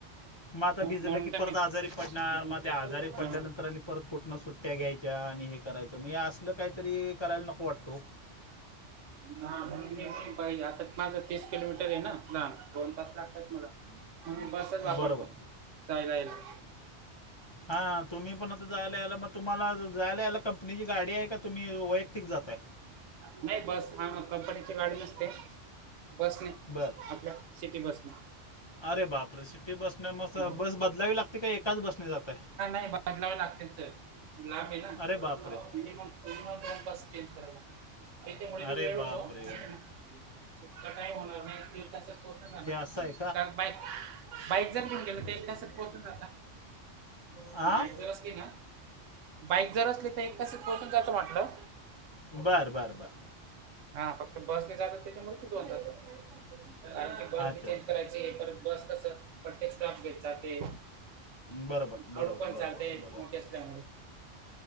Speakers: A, on the left (about 35°); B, on the right (about 80°).
A: मग आता भिजलं
B: म्हणून
A: की
B: तर
A: परत
B: मी
A: आजारी पडणार,
B: हा.
A: मग त्या आजारी पडल्यानंतर आणि परत कुठनं सुट्ट्या घ्यायची. आणि, हे करायचं म्हणजे असल काहीतरी करायला नको वाटतो.
B: हा, आता माझं तीस किलोमीटर आहे ना लांब दोण तास लागतात मला, मग मी बसच वापरतो..
A: बरोबर
B: जायला ना
A: हा तुम्ही पण आता जायला यायला मग, तुम्हाला जायला याला कंपनीची गाडी आहे, का तुम्ही वैयक्तिक जातय.
B: नाही बस हा कंपनीची गाडी नसते. बस नाही
A: बरं
B: आपल्या सिटी बसने?
A: अरे, बापरे सिटी बसने मस
B: हा.
A: बस बदलावी लागते का एकाच बसने जातय.
B: नही बदलाव लागते? ब आहे ना
A: अरे बापरे
B: मिनम दोन चेंज करायला <inaudible> त्याथे पुढ मी
A: अरे
B: वेळ
A: बापरे
B: होतो. इक काई होणार नाही तस कोोठ जा ना
A: हे असं आहे
B: का बाईक <unintelligible> बाईक जर कोण गलं तर एक तासात पोहोचून जाता
A: हां
B: बाईक जर असली ना. बाईक जर असली, तर एक पास पोहचून जायचं म्हटलं.
A: बर बर बर.
B: हा, फक्त बसने झाल त्याच्यामुळे दोन तास कारण की बस
A: अच्छा
B: बी चेंज
A: अच्छा
B: करायची आहे. परत बस कस प्रत्येक स्टॉप घेतचा ते.
A: बरोबर बरोबर
B: हळड पण
A: बरोबर
B: चालते
A: बरोबर
B: मोठे असल्यामुळे